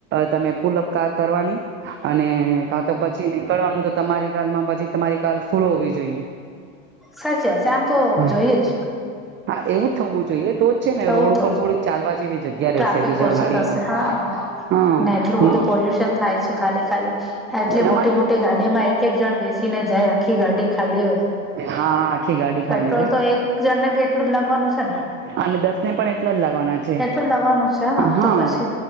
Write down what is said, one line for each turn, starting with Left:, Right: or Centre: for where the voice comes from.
Right: તમે પુલ અપ કાર કરવાની અને કા તો પછી નીકળવાનું તો તમારી કારમાં પછી તમારી કાર ફૂલો હોવી જોઈએ.
Centre: સાચી વાત છે આમ તો
Right: હમ
Centre: જોઈએ જ.
Right: હા એવું જ થવું જોઈએ તો જ છે ને
Centre: એવું
Right: રોડ ઉપર
Centre: તો
Right: થોડીક ચાલવા જેવી જગ્યા
Centre: ટ્રાફિક
Right: રહેશે બીજા
Centre: ઓછી
Right: ગાડીઓ
Centre: થશે
Right: માટે
Centre: હા
Right: હા
Centre: ને એટલું બધું પોલ્યુશન થાય છે ખાલી ખાલી આ એટલે
Right: એમાં
Centre: મોટી મોટી ગાડી માં એક એક જણ બેસીને જાય આખી ગાડી ખાલી હો
Right: હા આખી ગાડી ખાલી
Centre: પેટ્રોલ
Right: હોય
Centre: તો એક જણને બી એટલું જ લાગવાનું છે ને.
Right: અને દસ ને પણ એટલા જ લાગવાના છે.
Centre: એટલું જ લાગવાનું છે
Right: હા
Centre: તો પછી